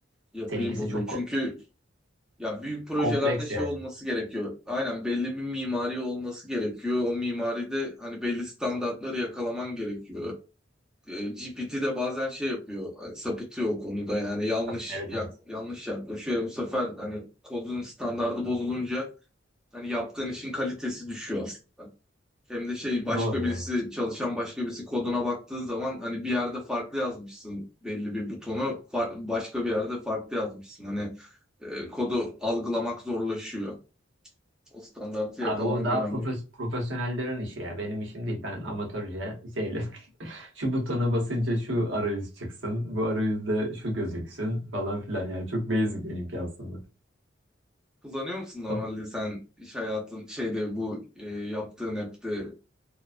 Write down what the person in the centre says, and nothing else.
Yapıyı
bozuyor.
Çünkü
Ya büyük projelerde
şey
olması gerekiyor. Aynen belli bir mimari olması gerekiyor. O mimaride hani belli standartları yakalaman gerekiyor. E, GPT de bazen şey yapıyor, e, sapıtıyor o konuda yani yanlış
yak-
yanlış yaklaşıyor. Bu sefer hani kodun standardı bozulunca hani yaptığın işin kalitesi düşüyor aslında. Hem de şey başka
birisi çalışan başka birisi koduna baktığın zaman hani bir yerde farklı yazmışsın belli bir butonu far- başka bir yerde farklı yazmışsın. Hani e, kodu algılamak zorlaşıyor. O standartı
yakalamak
önemli.
Kullanıyor musun normalde
sen iş hayatın şeyde bu e, yaptığın app'te